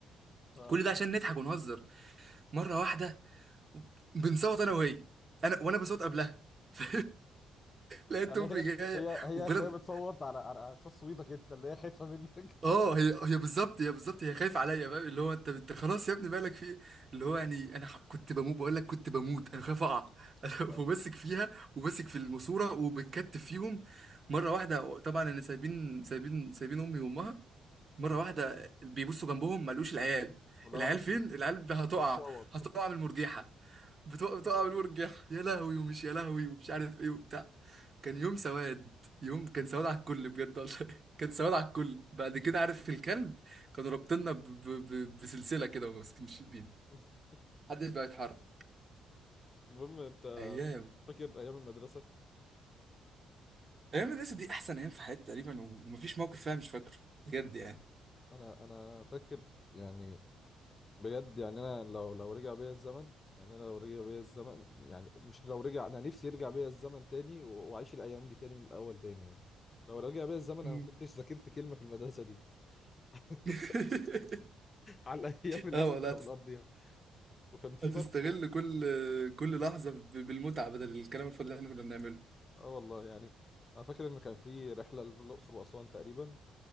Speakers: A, on the left (about 35°); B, on the right (about 45°).
A: اه
B: كل ده عشان نضحك ونهزر مره واحده بنصوت انا وهي انا وانا بصوت قبلها <laughs> لقيت
A: يعني
B: امي
A: هي
B: جايه
A: هي هي
B: وبلا
A: هتلاقيها بتصوت على على اساس صوتك انت اللي هي خايفة منك
B: اه
A: <laughs>
B: هي هي بالظبط هي بالظبط هي خايفه عليا بقى اللي هو انت انت خلاص يا ابني مالك في ايه اللي هو يعني انا ح- كنت بموت بقول لك كنت بموت انا خايف اقع <laughs>
A: اه
B: وماسك فيها وماسك في الماسوره وبتكتف فيهم مره واحده طبعا انا سايبين سايبين سايبين امي وامها مره
A: مم.
B: واحده بيبصوا جنبهم ما لقوش العيال
A: ولو
B: العيال
A: نفسه
B: فين العيال هتقع
A: بتصوت
B: هتقع من المرجيحه بتقع بتقع من المرجيحه يا لهوي ومش يا لهوي ومش عارف ايه وبتاع كان يوم سواد يوم كان سواد على الكل بجد والله <laughs> كان سواد على الكل بعد كده عارف الكلب كانوا رابطيننا ب- ب- ب- بسلسله كده وماسكين بينا
A: <laughs>
B: محدش بقى يتحرك
A: المهم انت
B: ايام
A: فاكر ايام المدرسة
B: ايام المدرسه دي احسن ايام في حياتي تقريبا ومفيش موقف فيها مش فاكره بجد يعني
A: انا انا فاكر يعني بجد يعني انا لو لو رجع بيا الزمن يعني انا لو رجع بيا الزمن يعني مش لو رجع انا نفسي يرجع بيا الزمن تاني و- واعيش الايام دي تاني من الاول تاني يعني لو رجع بيا الزمن انا
B: مم.
A: ما كنتش ذاكرت كلمه في المدرسه دي <laughs>
B: <laughs>
A: على الايام اللي
B: اه
A: احنا
B: والله
A: كنا بنقضيها وكان في
B: هتستغل
A: برضه
B: كل كل لحظة ب- بالمتعة بدل الكلام الفاضي اللي احنا كنا بنعمله
A: اه والله يعني انا فاكر ان كان في رحله للاقصر واسوان تقريبا